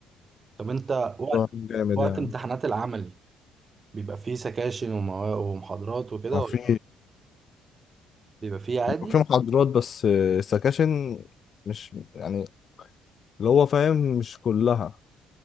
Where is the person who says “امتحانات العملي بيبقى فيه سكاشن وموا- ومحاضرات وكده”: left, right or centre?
Right